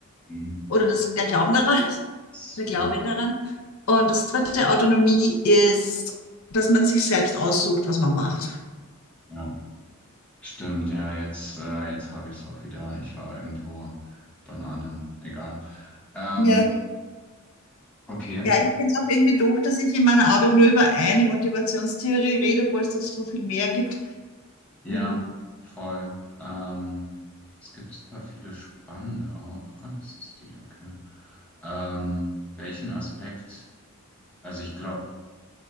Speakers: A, in the centre; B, on the left (about 75°).
A: Mhm.
B: Oder das, der Glauben daran, <laughs>
A: S-
B: der Glaube
A: jo.
B: daran. Und das dritte, Autonomie, ist, dass man sich selbst aussucht, was man macht.
A: Ja. Stimmt, ja, jetzt, äh, jetzt habe ich es auch wieder. Ich war irgendwo bei einer anderen. Egal. Ähm,
B: Ja,
A: okay.
B: Ja, ich finde es auch irgendwie doof, dass ich in meiner Arbeit nur über eine Motivationstheorie rede, obwohl es doch so viel mehr gibt.
A: Ja,
B: Mhm.
A: voll. Ähm, es gibt super viele spannende auch. Ah, das ist die, okay. Ähm, welchen Aspekt, also ich glaube,